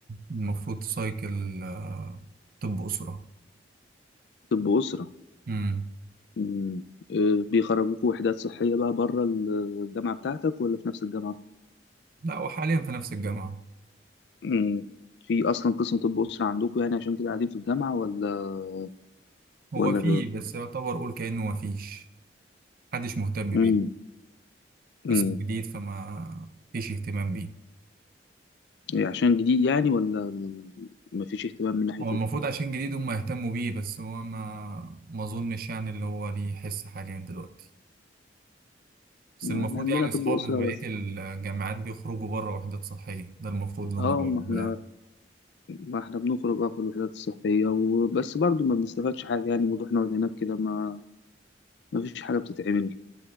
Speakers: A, on the right; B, on the left.
A: المفروض سايكل آه، طب أسرة
B: طب اسره
A: مم.
B: مم. آه، بيخرجوكوا وحدات صحية بقى بره الجامعة بتاعتك ولا في نفس الجامعة؟
A: لا وحاليا في نفس الجامعة
B: مم. في أصلا قسم طب أسرة عندكوا يعني عشان كده قاعدين في الجامعة ولا
A: هو
B: ولا
A: فيه بس يعتبر قول كأنه مفيش محدش مهتم
B: مم.
A: بيه
B: مم.
A: قسم جديد فما فيش اهتمام بيه
B: عشان جديد يعني ولا مفيش اهتمام من ناحية
A: هو المفروض
B: إيه؟
A: عشان جديد هم يهتموا بيه بس هو ما ما أظنش يعني اللي هو ليه حس حاليا دلوقتي بس
B: يعني
A: المفروض
B: عندنا
A: يعني
B: طب
A: أصحابي
B: أسرة
A: في بقية
B: بس
A: الجامعات بيخرجوا بره وحدات صحية ده المفروض اللي
B: اه
A: هم بيعملوه
B: ما احنا
A: يعني
B: ما احنا بنخرج اه في الوحدات الصحية وبس برضو ما بنستفادش حاجة يعني بنروح نقعد هناك كده ما ما فيش حاجة بتتعمل